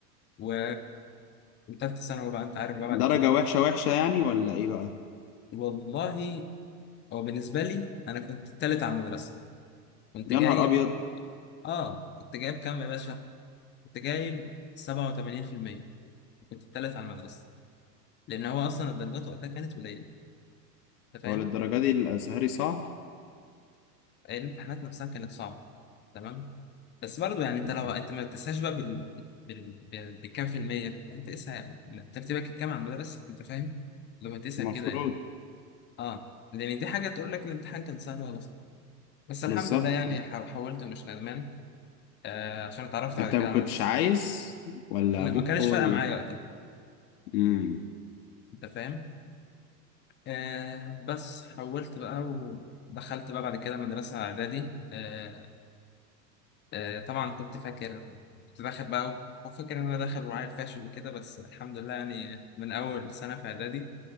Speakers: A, on the left; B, on the left.
A: و- وتالتة ثانوي بقى أنت عارف بقى
B: درجة
A: بعد كده
B: وحشة وحشة يعني ولا ايه بقى
A: والله هو بالنسبة لي أنا كنت التالت على المدرسة كنت
B: يا
A: جايب
B: نهار ابيض
A: اه كنت جايب كام يا باشا؟ كنت جايب 87% كنت التالت على المدرسة لأن هو أصلا الدرجات وقتها كانت قليلة أنت فاهم؟
B: هو للدرجة دي الازهري صعب
A: الامتحانات نفسها كانت صعبة تمام؟ بس برضو يعني أنت
B: يعني
A: لو أنت ما بتقيسهاش بقى بال... بال... بال... بالكام في المية لا، أنت قيسها ترتيبك الكام على المدرسة أنت فاهم؟ لو هتقيسها
B: المفروض
A: كده يعني اه لأن دي حاجة تقول لك الامتحان كان سهل ولا صعب بس الحمد
B: بالظبط
A: لله يعني
B: بالظبط.
A: حا- حولت مش ندمان آه عشان اتعرفت
B: انت
A: بعد كده
B: ما
A: على
B: كنتش
A: ناس
B: عايز ولا
A: لا،
B: ابوك
A: ما كانش
B: هو
A: فارقة
B: ال
A: معايا وقتها
B: امم
A: أنت فاهم؟ آه بس حولت بقى ودخلت بقى بعد كده مدرسة إعدادي آه آه طبعا كنت فاكر كنت داخل بقى وفاكر إن أنا داخل وعيل فاشل وكده بس الحمد لله يعني من أول سنة في إعدادي